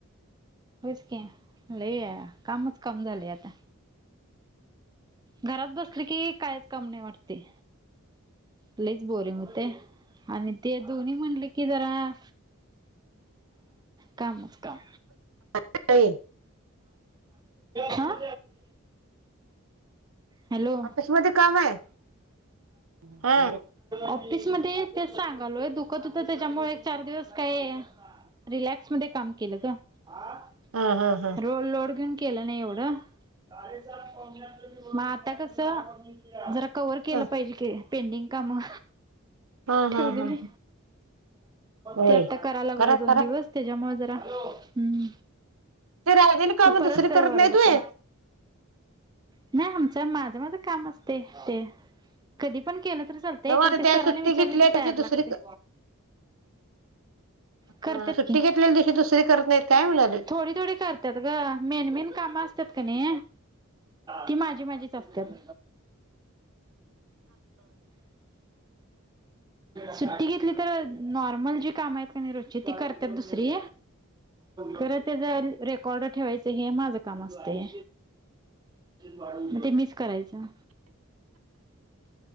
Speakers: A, on the right; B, on the right.
A: होयच की लई कामच काम झालंय आता घरात बसलं की काहीच काम नाही वाटतंय लयच बोरिंग होतंय आणि ते दोन्ही म्हणलं कि जरा कामच काम
B: हम्म
A: हां हॅलो
B: ऑफिस मध्ये काम आहे हा
A: ऑफिस मध्ये तेच सांगालोय दुखत होत त्याच्यामुळे एक चार दिवस काय रिलॅक्स मध्ये काम केलं गं आह
B: हा हा हा
A: लोड लोड घेऊन केलं नाही एवढं मग आ आता कस जरा कवर केलं
B: हा
A: पाहिजे की पेंडिंग काम
B: हा हा
A: ठेवलेली
B: हा हा होय
A: ते आता करायला लागलोय
B: करा
A: दोन
B: करा
A: दिवस त्याच्यामुळे जरा हम्म
B: ते राहिलेली काम
A: परत
B: दुसरी
A: सर
B: करत
A: वरडतय
B: नाही तुम्ही
A: नाही आमच माझं माझं काम असतयं ते कधी पण केलं तरी चालतय
B: नव्ह आता
A: ते
B: त्या
A: सरांनी
B: सुट्टी
A: विचारलं
B: घेतल्या
A: की तयार
B: तशी
A: लागतंय
B: दुसरी
A: करत्यात
B: अ सुट्टी
A: की
B: घेतलेल्या दिवशी दुसरी करत नाहीत काय म्हणाले
A: थोडी थोडी कर त्यात गं मेन मेन काम असतात कणी ती माझी माझी असत्यात सुट्टी घेतली तर नॉर्मल जी काम आहेत कणी रोजची ती करतात दुसरी खरं त्याच रेकॉर्ड ठेवायचं हे माझं काम असतय मग ते मिच करायचं